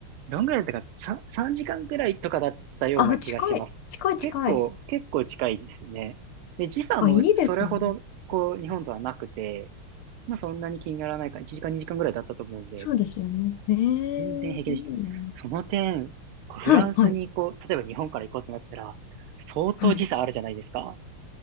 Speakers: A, on the right (about 75°); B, on the left (about 75°).
A: どんぐらいだったか、3、時間くらいとかだったような気がします。
B: あ、近い。近い近い。
A: 結構、結構近いですね。で、時差もそれほど、
B: あ、いいですね。
A: こう、日本とはなくて、まあそんなに気にならないから、1時間2時間ぐらいだったと思うんで、
B: そうですよね。ええいいな。
A: 全然平気でした。その点、こうフランスに行こう、
B: はいはい。
A: 例えば日本から行こうってなったら、相当時差あるじゃないですか。
B: はい。